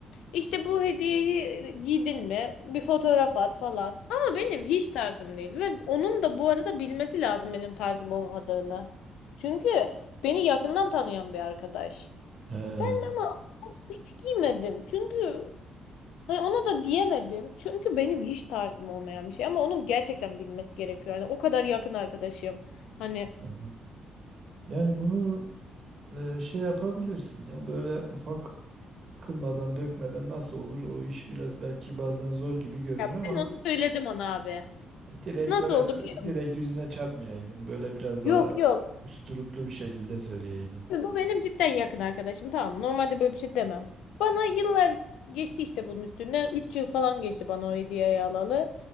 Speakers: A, on the left; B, on the right.
A: işte bu hediyeyi e, giydin mi? Bir fotoğraf at falan. Ama benim hiç tarzım değil ve onun da bu arada bilmesi lazım benim tarzım olmadığını. Çünkü beni yakından tanıyan bir arkadaş.
B: Ee,
A: Ben de ama hiç giymedim. Çünkü hani ona da diyemedim. Çünkü benim hiç tarzım olmayan bir şey ama onun gerçekten bilmesi gerekiyor. Yani o kadar yakın arkadaşım. Hani
B: aha. yani bunu e, şey yapabilirsin ya böyle ufak kırmadan dökmeden nasıl olur o iş biraz belki bazen zor gibi görünür
A: Ya
B: ama
A: ben onu söyledim ona abi.
B: direkt
A: Nasıl
B: böyle
A: oldu
B: k-
A: biliyor musun?
B: direkt yüzüne çarpmayaydın böyle biraz daha
A: Yok yok.
B: usturuplu bir şekilde söyleyeydin.
A: Şimdi bu benim cidden yakın arkadaşım tamam. mı? Normalde böyle bir şey demem. Bana yıllar geçti işte bunun üstünden. 3 yıl falan geçti bana o hediyeyi alalı.